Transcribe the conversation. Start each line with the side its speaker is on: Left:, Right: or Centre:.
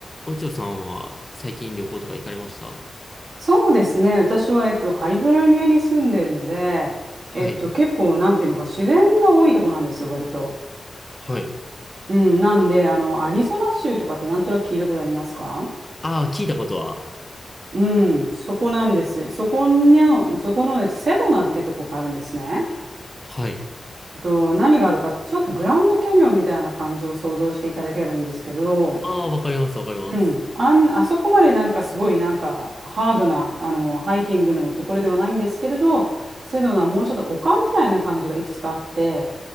Left: おちょさんは最近旅行とか行かれました
Right: そうですね。私は、えっと、カリフォルニアに住んでるので、
Left: はい。
Right: えっと、結構、なんていうのか、自然が多いとこなんですよ、割と。
Left: はい。
Right: うん、なんで、あの、アリゾナ州とかってなんとなく聞いたことありますか
Left: ああ、聞いたことは。
Right: うん、そこなんです。そこの、そこの、えっと、セドナってとこがあるんですね。
Left: はい。
Right: と、何があるかって、ちょっとグランドキャニオンみたいな感じを想像していただければいいんですけど、
Left: ああ、わかります、わかります。
Right: うん、あん、あそこまでなんかすごいなんかハードなあのハイキングのところではないんですけれど、セドナはもうちょっと丘みたいな感じがいくつかあって、